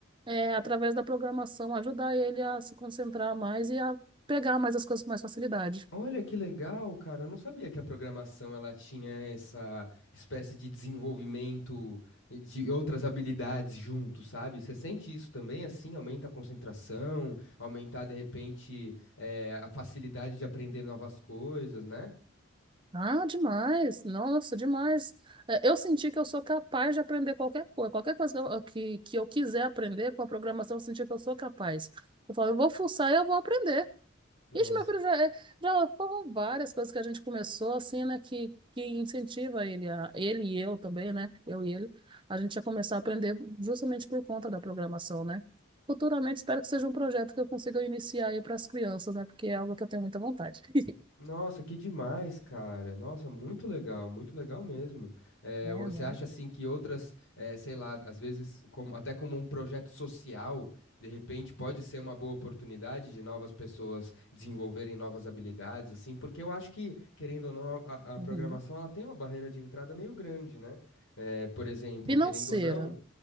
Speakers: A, on the right; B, on the left.
A: eh, através da programação, ajudar ele a se concentrar mais e a pegar mais as coisas com mais facilidade.
B: Olha que legal, cara. Eu não sabia que a programação ela tinha essa espécie de desenvolvimento e de outras habilidades junto, sabe? Você sente isso também, assim, aumenta a concentração, aumentar de repente eh, a facilidade de aprender novas coisas, né?
A: Ah, demais! Nossa, demais! É, Eu senti que eu sou capaz de aprender qualquer coisa, qualquer coisa que eu, que, que eu quiser aprender com a programação, eu senti que eu sou capaz. Eu falo, eu vou fuçar e eu vou aprender.
B: Nossa.
A: Ixi, meu filho, já, é- já foram várias coisas que a gente começou, assim, né, que, que incentiva ele, a, ele e eu também, né, eu e ele, a gente a começar a aprender justamente por conta da programação, né? Futuramente, espero que seja um projeto que eu consiga iniciar aí para as crianças, né, porque é algo que eu tenho muita vontade. <laughs>
B: Nossa, que demais, cara. Nossa, muito legal, muito legal mesmo. Eh,
A: É,
B: o- você
A: não?
B: acha assim que outras, eh, sei lá, às vezes como- até como um projeto social, de repente pode ser uma boa oportunidade de novas pessoas desenvolverem novas habilidades, assim, porque eu acho que, querendo ou não, a, a
A: Uhum.
B: programação ela tem uma barreira de entrada meio grande, né? Eh, por exemplo,
A: Financeira,
B: querendo ou não,